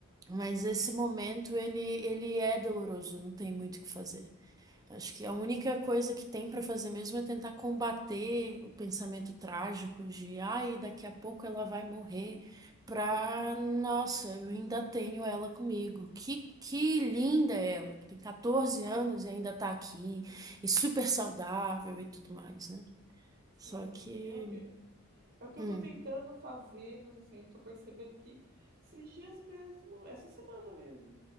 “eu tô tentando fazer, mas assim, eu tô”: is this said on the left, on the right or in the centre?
Right